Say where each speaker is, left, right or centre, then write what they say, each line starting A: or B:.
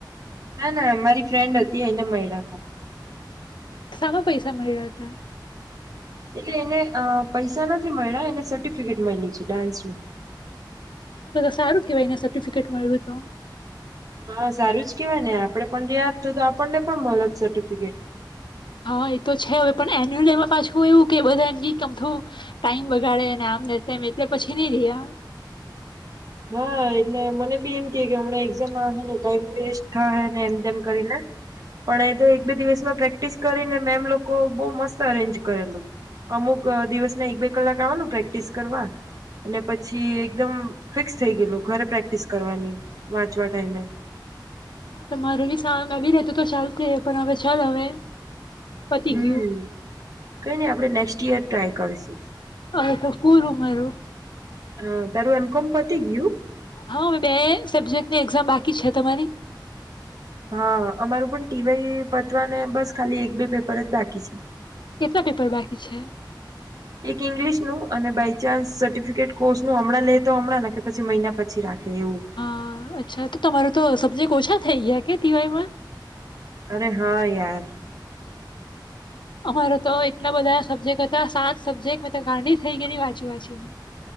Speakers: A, on the right (about 50°); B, on the left (about 75°).
A: ના, ના, મારી ફ્રેન્ડ હતી એને મળ્યા હતા
B: સામાં પૈસા મળ્યા હતા
A: એટલે એને પૈસા નથી મળ્યા એને સર્ટિફિકેટ મળ્યું છે ડાન્સનું
B: હ સારું કેવાયના સર્ટિફિકેટ મળ્યું તો
A: હા, સારું જ કેવાય ને આપડે પણ રહ્યા હ હોત આપણને પણ મળત સર્ટિફિકેટ
B: હા, એ તો છે પણ એન્યુઅલ ડેમા પાછું એવું કે બધા અમ થો ટાઈમ બગાડે આમ તેમ એટલે પછી નહી રહ્યા
A: હા, એટલે મને બી એમ કે કે હમણાં એકઝામ આવેને ટાઈમ વેસ્ટ થાય ને એમ તેમ કરીને પણ એ તો એક બે દિવસમાં પ્રેક્ટિસ કરીને મેમ લોકો બહુ મસ્ત અરેન્જ કરેલું અમુક દિવસ ના એક બે કલાક આવાનું પ્રેક્ટિસ કરવા અને પછી એકદમ ફિક્સ થઈ ગયેલું ઘરે પ્રેક્ટિસ કરવાની, વાંચવા ટાઈમે
B: હા તમારું બી સાાન આવી રેતું તો ચાલતી પણ હવે ચાલ હવે પતી
A: હમ
B: ગયું
A: કઈ નઈ આપડે નેક્સ્ટ ઈયર ટ્રાય કરીશું
B: હા, તો કુરું મારું
A: હ, તારું એમ કોમ પતી ગયું
B: હા, બે સબ્જેક્ટની એક્ઝામ બાકી છે તમારી
A: હા, અમારું પણ ટીવાય પતવા ને બસ ખાલી એક બે પેપર જ બાકી છે
B: કેટલા પેપર બાકી છે
A: એક ઇંગ્લિશ નું અને બાય ચાન્સ સર્ટિફિકેટ કોર્સ નુ હમણાં લે તો હમણાં ને કે પછી મહિના પછી રાખે એવું.
B: હા અચ્છા તો તમારોું તો સબ્જેક્ટ ઓછા થઈ ગયા કે ટી વાય માં
A: અરે હા યાર.
B: અમારા તો એટલા બધા સબ્જેક્ટ હતા સાત સબ્જેક્ટ મેં તો ગાંડી થઈ ગેયેલી વાંચી વાંચીને.